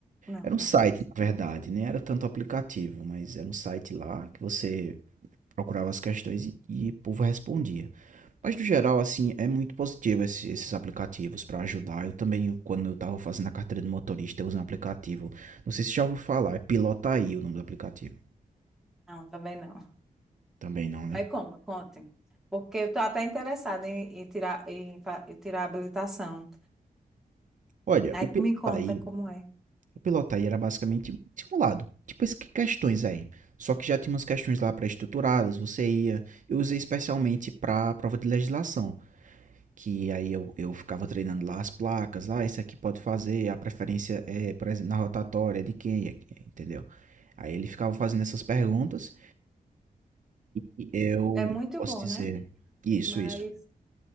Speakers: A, in the centre; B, on the right.
A: não,
B: Era
A: não
B: um site,
A: conheço.
B: na verdade, nem era tanto aplicativo, mas era um site lá que você procurava as questões e, e o povo respondia. Mas no geral, assim, é muito positivo esse- esses aplicativos para ajudar. Eu também, eu- quando eu tava fazendo a carteira de motorista, eu usei um aplicativo. Não sei se já ouviu falar, é Pilotaí o nome do aplicativo.
A: Não, também não.
B: Também não, né?
A: Aí como? Contem. Porque eu tô até interessada em, em tirar, em, fa- em tirar a habilitação.
B: Olha,
A: Aí
B: o Pilotaí
A: me conta como é.
B: O piloto aí era basicamente um simulado. Tipo essas questões aí. Só que já tinha umas questões lá pré-estruturadas, você ia. Eu usei especialmente para a prova de legislação. Que aí eu, eu ficava treinando lá as placas. Ah, isso aqui pode fazer. A preferência é, por exemplo, na rotatória de quem, é entendeu? Aí ele ficava fazendo essas perguntas. E eu
A: É muito
B: posso
A: bom,
B: dizer.
A: né?
B: Isso,
A: Mas
B: isso.